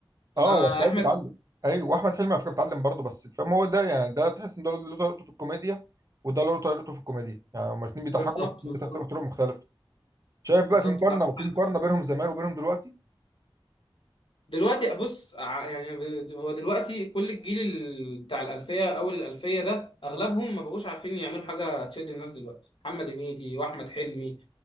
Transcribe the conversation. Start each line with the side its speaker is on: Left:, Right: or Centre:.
Right: اه
Left: انا
Right: هو السعيد
Left: احمد
Right: بيتعلم ايوه واحمد حلمي على فكره بيتعلم برضه بس فاهم هو ده يعني ده تحس ان ده له طريقته في الكوميديا وده له طريقته في الكوميديا يعني هما الاثنين بيضحكوا
Left: بالظبط
Right: بس الاثنين
Left: بالظبط
Right: بيضحكوا بطرق مختلفه شايف
Left: بالظبط
Right: بقى في مقارنه
Left: انت عندك
Right: في
Left: حق
Right: مقارنه
Left: فيه.
Right: بينهم زمان وبينهم دلوقتي
Left: دلوقتي بص ع- يعني ب- هو دلوقتي كل الجيل ال- بتاع الالفيه اول الالفيه ده اغلبهم ما بقوش عارفين يعملوا حاجه تشد الناس دلوقتي محمد هنيدي واحمد حلمي